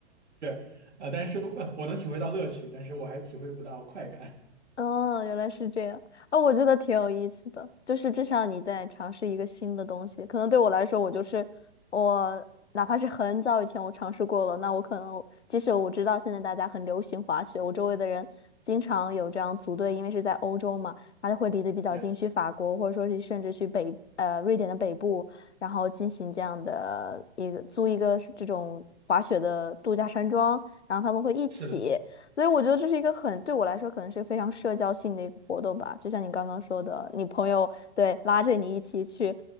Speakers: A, on the right (about 90°); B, on the left (about 85°).
A: 啊呃，但是呃我能体会到乐趣，但是我还体会不到快感。
B: 哦，原来是这样。哦，我觉得挺有意思的，就是至少你在尝试一个新的东西。可能对我来说，我就是我，哪怕是很早以前我尝试过了，那我可能即使我知道现在大家很流行滑雪，我周围的人经常有这样组队，因为是在欧洲嘛，他就会离得比较近，
A: <laughs> 对，
B: 去法国或者说是甚至去北呃瑞典的北部，然后进行这样的一个租一个这种滑雪的度假山庄，然后他们会一起。
A: 是的。
B: 所以我觉得这是一个很，对我来说可能是一个非常社交性的一个活动吧，就像你刚刚说的，你朋友对拉着你一起去